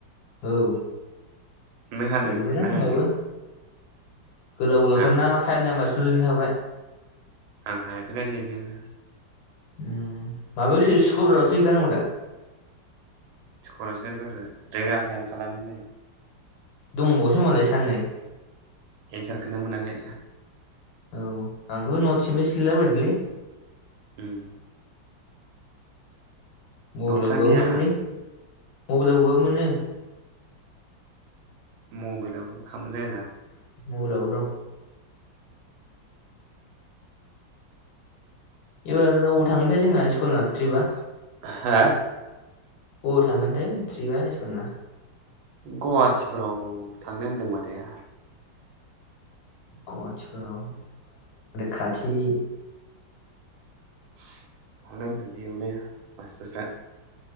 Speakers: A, on the left (about 80°); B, on the right (about 80°).
A: औ।
B: नो हादों
A: लिरबायलां
B: ना
A: होनबाबो
B: हायाखै?
A: गोलाव गोलावथार
B: आं
A: ना फाइभ नाम्बारसोल लिरनो हाबाय।
B: आं हायाखैलै लिरनोनो।
A: उम माबायावसो सुक्रबारावसो हैखानांगौ दा?
B: सुख्रबारावसो हैगोनथ आरो रोङाखै आं खालामनोनो।
A: दंबावोसो ओमबालाय साननै
B: एन्सारखौनो मोनाखै।
A: औ आंबो नत्सनिफ्रायसो लिरला बायदोंलै।
B: उम
A: मबाइलाव
B: नटसानो
A: बोबाबो
B: गैया
A: मोनोलै
B: आंहा
A: मबाइलाव बोबाबो मोनो।
B: मबाइलावबो <unintelligible>
A: मबाइलावबो दं एबार बबाव थांगोनथाय जोंना स्कुला ट्रिपा?
B: हा?
A: बबाव थांगोनथाय थ्रिपा स्कुलना।
B: गुवाहाटिफोराव थांनो होनदों माथो
A: गुवाहाटिफोराव खाथि
B: <unintelligible>